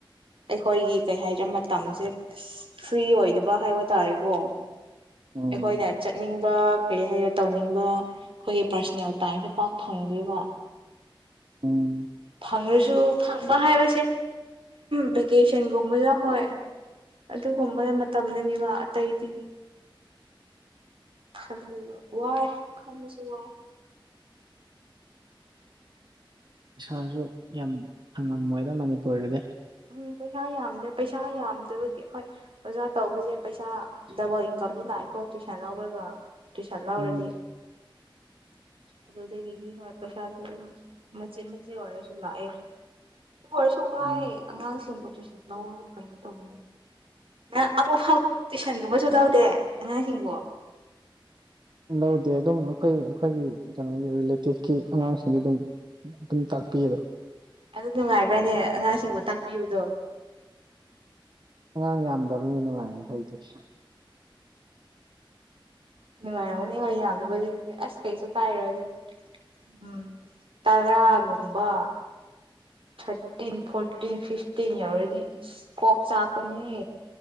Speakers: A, on the right; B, on the right.
A: ꯑꯩꯈꯣꯏꯒꯤ ꯀꯩ ꯍꯥꯏꯗ꯭ꯔꯦ ꯃꯇꯝꯁꯦ ꯐ꯭ꯔꯤ ꯑꯣꯏꯗꯕ ꯍꯥꯏꯕ ꯇꯥꯔꯦꯀꯣ
B: ꯎꯝ
A: ꯑꯩꯈꯣꯏꯅ ꯆꯠꯅꯤꯡ ꯀ ꯍꯥꯏ ꯇꯧꯅꯤꯡꯕ ꯑꯩꯈꯣꯏꯒꯤ ꯄꯔꯣꯅꯦ ꯇꯥꯏ ꯄꯥꯛ ꯐꯪꯕ
B: ꯑꯝ
A: ꯐꯪꯉꯁꯨ ꯐꯪꯕ ꯍꯥꯏꯕꯁꯦ ꯚꯦꯀꯦꯁꯟꯒꯨꯝꯕꯁꯨ ꯍꯣꯏ ꯑꯗꯨꯒꯨꯝꯕ ꯃꯇꯝꯅꯅꯦꯕ ꯑꯇꯩꯗꯤ ꯈꯗꯂ ꯋꯥꯏ ꯈꯥꯟꯅꯁꯨ ꯋꯥꯏ
B: ꯏꯁꯥꯁꯨ ꯌꯥꯝ ꯐꯪꯉꯝꯃꯣꯏꯗ ꯃꯅꯤꯄꯨꯔꯗꯗꯤ
A: ꯎꯝ ꯄꯩꯁꯥ ꯌꯥꯝꯗꯦ ꯄꯩꯁꯥ ꯌꯥꯝꯗꯕꯒꯤ ꯍꯣꯏ ꯑꯣꯖꯥ ꯇꯧꯕꯁꯦ ꯄꯩꯁꯥ ꯗꯕ ꯏꯟ ꯀꯝꯅꯤꯅꯥꯏ ꯄꯥꯎ ꯇꯨꯁꯟ ꯂ ꯂꯧꯕꯒ ꯇꯨꯏꯁꯟ ꯂꯧꯔꯗꯤ
B: ꯎꯝ
A: ꯑꯗꯨꯗꯒꯤꯗꯤ ꯍꯣꯏ ꯄꯩꯁꯥꯁꯤ ꯑꯗꯨ ꯃꯦ ꯃꯦ ꯋꯥꯔꯁꯨ ꯂꯥꯛꯑꯦ ꯇ ꯋꯥꯔꯁꯨ ꯋꯥꯑ
B: ꯎꯝ
A: ꯁꯤ ꯄꯠꯇ ꯂꯝ ꯀꯩꯅꯝ ꯇꯧꯧꯕꯅꯤ ꯅꯪ ꯑꯃꯨꯛ ꯐꯥꯎ ꯇꯨꯏꯁꯟꯒꯨꯝꯕꯁꯨ ꯇꯧꯗꯦ ꯑꯉꯥꯡꯁꯤꯡꯕꯣ
B: ꯂꯧꯗꯦ ꯑꯗꯨꯝ ꯑꯩꯈꯣꯏ ꯑꯩꯈꯣꯏꯒꯤ ꯀꯩꯅꯣꯒꯤ ꯔꯤꯂꯦꯇꯤꯞꯀꯤ ꯑꯉꯥꯡꯁꯤꯡꯒꯤ ꯑꯗꯨꯝ ꯑꯗꯨꯝ ꯇꯥꯛꯄꯤꯌꯦꯗ
A: ꯑꯗꯨ ꯅꯨꯡꯉꯥꯏꯕ꯭ꯔꯥꯅꯦ ꯑꯉꯥꯡꯁꯤꯡꯕꯨ ꯇꯥꯛꯄꯤꯕꯗꯣ
B: ꯑꯉꯥꯡ ꯌꯥꯝꯗꯕꯅꯤꯅ ꯅꯨꯡꯉꯥꯏꯌꯦ ꯑꯩꯈꯣꯏꯗꯤꯛ
A: ꯅꯨꯡꯉꯥꯏꯔꯎꯅꯦ ꯍꯣꯏ ꯌꯥꯗꯕꯗꯨꯗꯤ ꯑꯁ ꯀꯩꯁꯨ ꯄꯥꯏꯔꯣꯏꯗ ꯎꯝ ꯇꯔꯥꯒꯨꯝꯕ ꯊꯥꯔꯇꯤꯟ ꯐꯣꯔꯇꯤꯟ ꯐꯤꯐꯇꯤꯟ ꯌꯎꯔꯗꯤ ꯏꯁ ꯀꯣꯛ ꯆꯥꯛꯄꯅꯤ